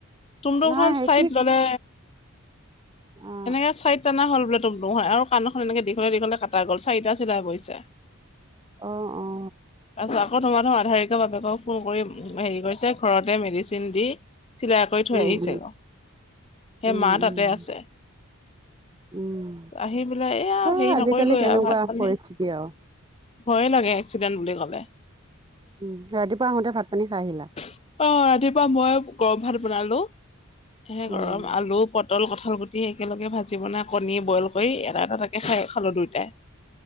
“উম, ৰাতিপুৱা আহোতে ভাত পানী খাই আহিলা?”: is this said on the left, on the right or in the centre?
Right